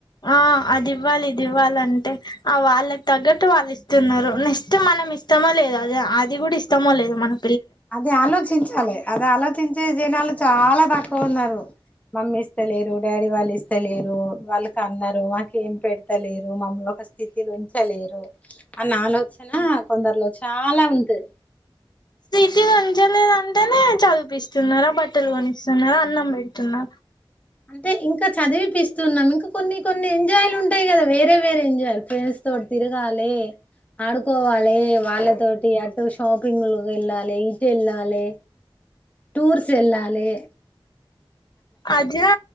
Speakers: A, on the left; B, on the left.
A: ఆ అదివ్వాలి ఇది ఇవ్వాలం టే ఆ వాళ్ళకి తగ్గట్టు వాళ్ళు ఇస్తున్నారు నెక్స్ట్ మనం ఇస్తమో లేదు అది అది కూడా ఇస్తమో లేదు మనం
B: అదిే ఆలోచించాలే అది ఆలోచ ఆించే జనాలు చాలా తక్కువ ఉన్నారు మమ్మీ ఇస్త లేరు డాడీ వాళ్ళు ఇస్ స్తలేరు వాళ్ళుకన్నారు మాకేం పెడుతలేరు మమ్ముల ఒక స్థితిల ఉంచలేరు ఆన్న ఆలోచన కొందరిలో చాలా ఉంటది
A: స్ీతి ఉంచలేదంటేనే చదిపిస్తున్నారా బట్టలు కొని స్తున్నారా అన్నం పెడుతున్నా
B: అంటే ఇంకా చదివిపిస్తూన్నాం ఇంకా కొన్ని కొన్ని ఎంజాయలు ఉంటాయి కదా వేరే వేరే ఎంజయ్లు ఫ్రెండ్స్ తోటి తిరగాలే ఆడుకోవాలే వాళ్ళతోటి అటు షాపింగ్ వెళ్ళాలి ఇటు వెళ్ళాలే టూర్స్ వెళ్ళాలే
A: అట్లా